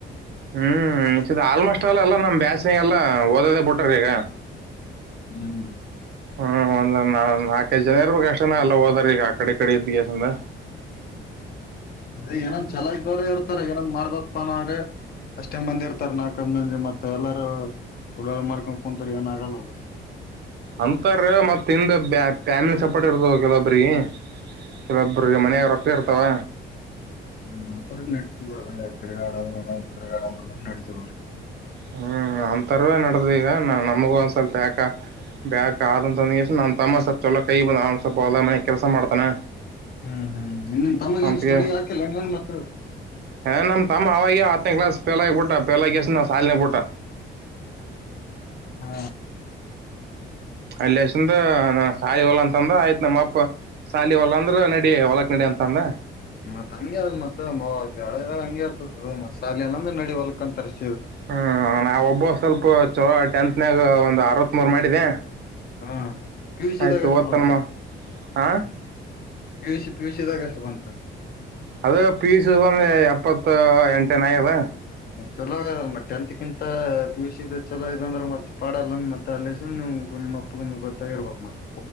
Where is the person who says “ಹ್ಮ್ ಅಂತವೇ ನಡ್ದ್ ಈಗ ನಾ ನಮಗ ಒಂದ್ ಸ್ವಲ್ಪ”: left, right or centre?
Right